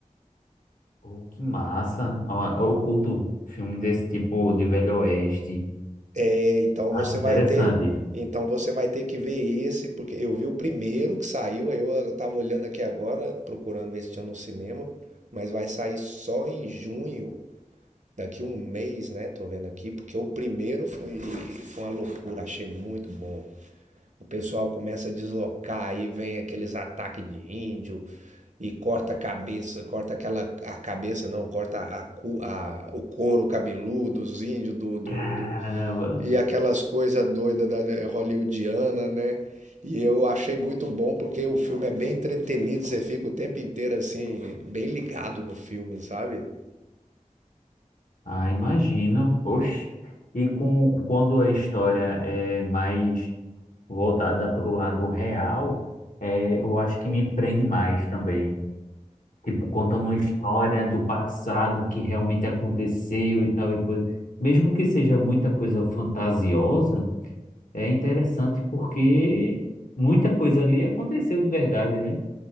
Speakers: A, on the left (about 80°); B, on the right (about 65°).
A: pô, que massa. Ó, eu curto filme desse tipo de Velho Oeste.
B: É, então
A: Acho
B: você
A: interessante.
B: vai ter. Então você vai ter que ver esse, porque eu vi o primeiro que saiu, aí eu, eu tava olhando aqui agora, procurando ver se tinha no cinema, mas vai sair só em junho. Daqui um mês, né? Tô vendo aqui, porque o primeiro foi, foi uma loucura, achei muito bom. O pessoal começa a deslocar, aí vem aqueles ataques de índio e corta a cabeça, corta aquela a cabeça não, corta a, cu- a- o couro cabeludo dos índios do, do,
A: Caramba.
B: do- e aquelas coisas doidas da eh, hollywoodiana, né? E eu achei muito bom porque o filme é bem entretenido, você fica o tempo inteiro assim, bem ligado no filme, sabe?
A: Ah, imagino. Oxe. E com, quando a história é mais voltada para o lado real, é, eu acho que me prende mais também. Tipo, contando uma história do passado que realmente aconteceu e tal e coisa. Mesmo que seja muita coisa fantasiosa, é interessante porque muita coisa ali aconteceu de verdade, né?